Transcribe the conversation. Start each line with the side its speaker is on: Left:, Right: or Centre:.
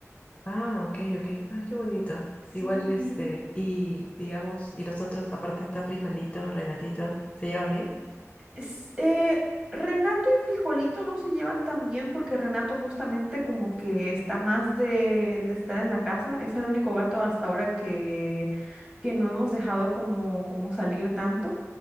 Left: Ah, ok, ok. Ay, qué bonito.
Right: Sí.
Left: Igual este, y digamos, y los otros, aparte está Frijolito, Renatito, ¿se llevan bien?
Right: Es- eh, Renato y Frijolito no se llevan tan bien porque Renato justamente como que está más de, de estar en la casa. Es el único gato hasta ahora que, que no hemos dejado como, como salir tanto.